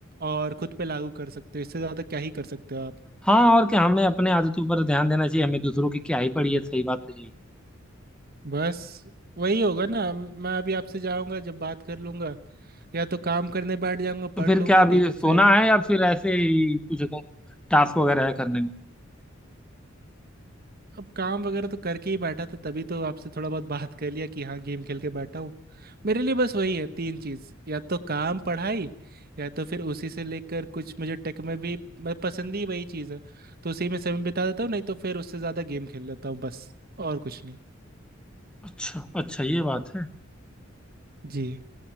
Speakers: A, on the right; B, in the centre.
A: और खुद पे लागू कर सकते हो इससे ज़्यादा क्या ही कर सकते हो आप
B: हाँ और क्या हमें अपने आदतों पर ध्यान देना चाहिए हमें दूसरों की क्या ही पड़ी है सही बात तो यही
A: बस वही होगा ना मैं अभी आपसे जाऊंगा जब बात कर लूंगा या तो काम करने बैठ जाऊंगा
B: तो
A: पढ़
B: फिर
A: लूंगा
B: क्या अभी
A: नहीं तो
B: सोना
A: फिर
B: है या फिर ऐसे ही कुछ तो टास्क वगैरह है करने को
A: अब काम वगैरह तो करके ही बैठा था तभी तो आपसे थोड़ा बहुत बात कर लिया कि हाँ गेम खेल के बैठा हूँ मेरे लिए बस वही है तीन चीज या तो काम पढ़ाई या तो फिर उसी से लेकर कुछ मुझे टेक में भी मैं पसंद ही वही चीज़ है तो उसी में समय बिता देता हूँ नहीं तो फिर उससे ज़्यादा गेम खेल लेता हूँ बस और कुछ नहीं
B: अच्छा अच्छा ये बात है
A: जी